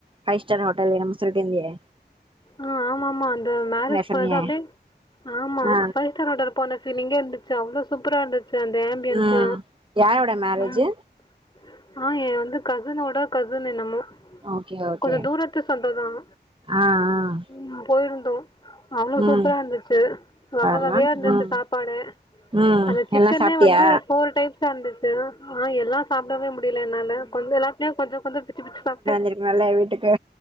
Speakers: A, on the right (about 30°); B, on the left (about 25°).
A: பைவ் ஸ்டார் ஹோட்டல் என்னமோ செல்ட்ருந்தியே
B: ஆ ஆமா ஆமா அந்த மேரேஜ்
A: சொன்னியே
B: போனது அப்படியே ஆமா
A: ஆ
B: ஃபைவ் ஸ்டார் ஹோட்டல் போன பீலிங்கே இருந்துச்சு அவ்ளோ சூப்பரா இருந்துச்சு அந்த ஆம்பியன்ஸ்ல்லா
A: ம் யாரோட மேரேஜு
B: ம் ஆ என் வந்து கசினோட கசின் என்னமோ
A: ஓகே ஓகே
B: கொஞ்சம் தூரத்து சொந்தம் தான்.
A: ஆ ஆ
B: ம் போயிருந்தோ அவ்ளோ சூப்பரா
A: ம்
B: இருந்துச்சு வக
A: பார்றா
B: வகையா இருந்துச்சு
A: ம்
B: சாப்பாடே
A: ம்
B: அந்த சிக்கனே
A: எல்லா சாப்ட்டியா
B: வந்து போர் டைப்ஸ் ரிச்சா இருந்துச்சு ஆ எல்லா சாப்பிடவே முடியல என்னால கொஞ்சே எல்லாத்துலயூ கொஞ்சோ கொஞ்சோ பிச்சு பிச்சு சாப்ட்டே
A: நல்லா வே ட்டுக்கு